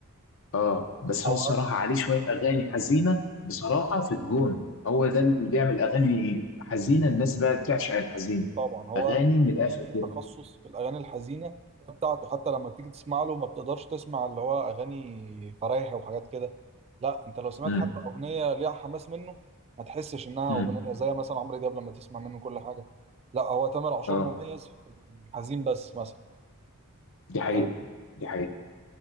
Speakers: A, on the left; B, on the right.
A: اه بس
B: او
A: هو الصراحة عليه شوية أغاني حزينة بصراحة في الجون هو ده اللي بيعمل أغاني حزينة الناس بقى بتعشق الحزين
B: طبعا هو
A: أغاني من الآخر
B: ليه
A: كده
B: تخصص في الاغاني الحزينه بتاعته حتى لما بتيجي تسمع له ما بتقدرش تسمع اللي هو اغاني فرايح وحاجات كده لا انت لو سمعت
A: امم
B: حتى اغنيه ليها حماس منه ما تحسش انها
A: امم
B: اغنيه زي مثلا عمرو دياب لما تسمع منه كل حاجه لا هو تامر عاشور
A: اه
B: مميز في الحزين بس مثلا
A: دي حقيقة
B: آه،
A: دي حقيقة